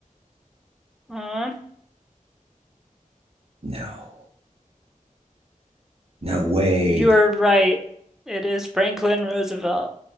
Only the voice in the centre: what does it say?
Uh,
you're right. It is Franklin Roosevelt.